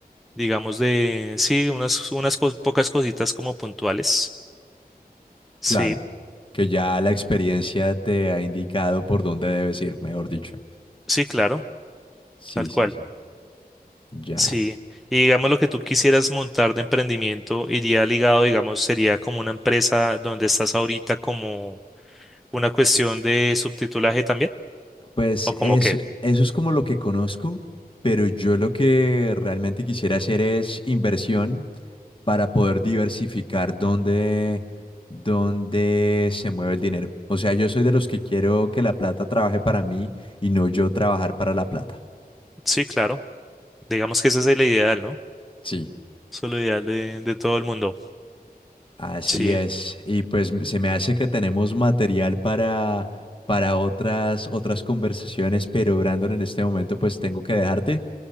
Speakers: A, in the centre; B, on the left (about 30°).
A: digamos de, sí, unas, unas cos- pocas cositas como puntuales. Sí,
B: claro. Que ya la experiencia te ha indicado por dónde debes ir, mejor dicho.
A: sí, claro,
B: Sí,
A: tal cual.
B: sí, sí. Ya.
A: Sí. Y digamos lo que tú quisieras montar de emprendimiento iría ligado, digamos, sería como una empresa donde estás ahorita como una cuestión de subtitulaje también,
B: Pues
A: o como
B: es,
A: qué.
B: eso es como lo que conozco, pero yo lo que realmente quisiera hacer es inversión para poder diversificar dónde, dónde se mueve el dinero. O sea, yo soy de los que quiero que la plata trabaje para mí y no yo trabajar para la plata.
A: Sí, claro. Digamos que esa es la ideal, ¿no?
B: Sí.
A: Solo ideal de, de todo el mundo.
B: Así
A: Sí.
B: es. Y pues m- se me hace que tenemos material para, para otras, otras conversaciones, pero Brandon, en este momento pues tengo que dejarte.